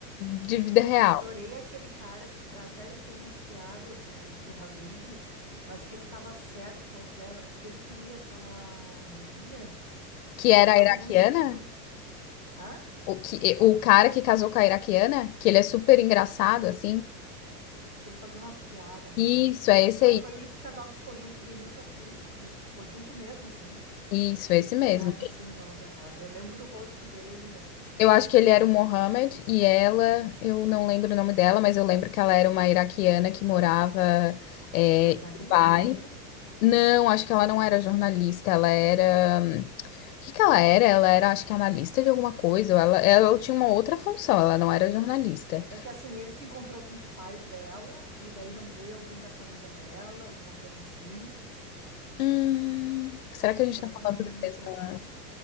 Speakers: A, on the left; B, on the right.
A: de vida real.
B: E adorei aquele cara que f- até ele fez umas piadas do, do Habib, mas que ele tava certo que ela quer, que ele queria aquela guria,
A: Que
B: que foram
A: era a iraquiana,
B: únicos, únicos, hã?
A: o, que, o cara que casou com a iraquiana, que ele é super engraçado, assim.
B: Que ele fazia umas piadas, né?
A: Isso, é esse
B: Mas
A: aí.
B: foi o único casal que ficou junto do início ao fim e ficou junto mesmo assim.
A: Isso, é esse mesmo.
B: Ai, não sei o nome agora. Eu lembro do rosto dele assim,
A: Eu acho que ele era o Mohammed e ela, eu não lembro o nome dela, mas eu lembro que ela era uma iraquiana que morava, é,
B: jornalista
A: em Dubai.
B: talvez.
A: Não, acho que ela não era jornalista, ela era. O que que ela era? Ela era, acho que analista de alguma coisa, ou ela, ela tinha uma outra função, ela não era jornalista.
B: É que assim, ele se encontrou com os pais dela e daí não veio alguém da família dela, alguma coisa assim.
A: Hum, será que a
B: Será
A: gente tá falando
B: que não é o
A: da
B: mesmo
A: mesma?
B: casal?